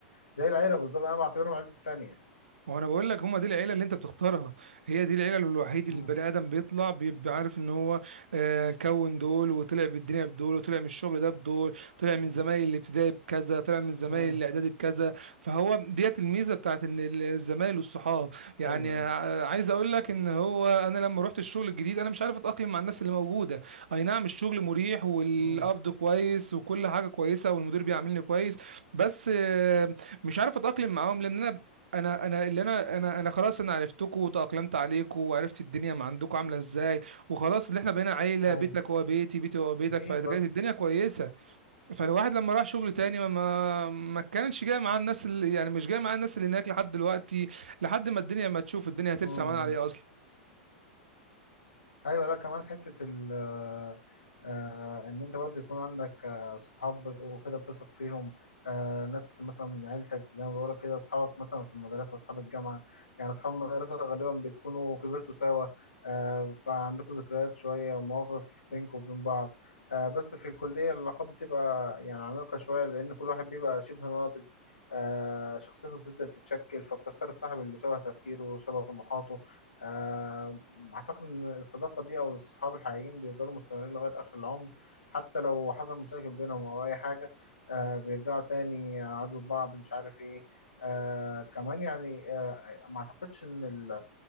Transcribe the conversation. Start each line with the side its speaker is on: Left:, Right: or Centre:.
Left: زي العيله بالظبط انا بعتبرهم عيلتي التانية يعني.
Right: ما هو انا بقول لك هم دي العيله اللي انت بتختارها هي دي العيله الوحيده
Left: امم
Right: اللي البني ادم بيطلع بيبقى عارف ان هو آه، كون دول وطلع بالدنيا بدول وطلع من الشغل ده بدول طلع من زمايل الابتدائي بكذا طلع من زمايل
Left: امم
Right: الاعدادي بكذا فهو ديت الميزه بتاعت ان ال- الزمايل والصحاب يعني
Left: ايوه ايوه
Right: ع- عايز اقول لك ان هو انا لما رحت الشغل الجديد انا مش عارف اتاقلم مع الناس اللي موجوده اي نعم الشغل مريح والقبض
Left: امم
Right: كويس وكل حاجه كويسه والمدير بيعاملني كويس بس آه، مش عارف اتاقلم معاهم لان انا انا انا اللي انا انا انا خلاص انا عرفتكوا وتأقلمت عليكوا وعرفت الدنيا ما عندكوا عامله ازاي وخلاص اللي احنا بقينا عيله
Left: ايوه
Right: بيتك هو بيتي بيتي هو بيتك
Left: اكيد
Right: فكانت
Left: برضه
Right: الدنيا كويسه فالواحد لما راح شغل تاني ما ما, ما كانش جاي معاه الناس اللي يعني مش جاي معاه الناس اللي هناك لحد دلوقتي لحد ما الدنيا ما تشوف الدنيا هترسى
Left: امم
Right: معانا
Left: إمم.
Right: عليه اصلا
Left: ايوه لا كمان حته ال آه، آه، ان انت برضه يكون عندك آه، صحاب وكده بتثق فيهم آه، ناس مثلا من عيلتك زي ما بقولك كده اصحابك مثلا في المدرسه اصحاب الجامعه يعني اصحاب المدرسه غالبا بتكونوا كبرتوا سوا آه، فعندكوا ذكريات شويه ومواقف بينكم وبين بعض آه، بس في الكليه العلاقات بتبقى يعني عميقه شويه لان كل واحد بيبقى شبه ناضج آه، شخصيته بتبدأ تتشكل فبتختار الصاحب اللي شبه تفكيره شبه طموحاته آه، اعتقد ان الصداقه دي او الصحاب الحقيقيين بيفضلوا مستمرين لغايه اخر العمر حتى لو حصل مشاكل بينهم او اي حاجه آه بيرجعوا تاني عدو بعض مش عارف ايه آه كمان يعني آه ما اعتقدش ان ال